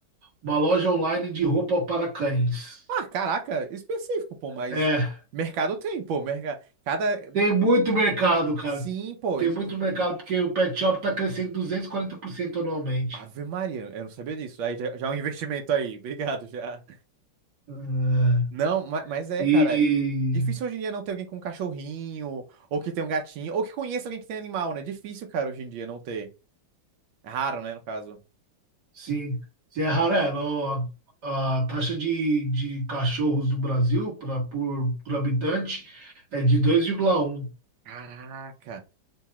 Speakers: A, on the right (about 55°); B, on the right (about 75°).
A: uma loja online de roupa para cães.
B: Ah, caraca, específico, pô, mas
A: É.
B: mercado tem, pô, mercado. Cada.
A: Tem muito mercado, cara.
B: Sim, pô,
A: Tem
B: e.
A: muito mercado, porque o pet shop está crescendo 240% anualmente.
B: Ave Maria, eu não sabia disso. Aí já, já é um investimento aí, <laughs> obrigado já.
A: É,
B: Não, ma- mas, é,
A: E,
B: cara. Difícil hoje em dia não ter alguém com um cachorrinho, ou que tem um gatinho, ou que conheça alguém que tem animal, né? Difícil, cara, hoje em dia não ter. É Raro, né, no caso.
A: sim, se é raro, é, no- a taxa de, de cachorros no Brasil pra, por, por habitante é de dois vírgula um
B: Caraca.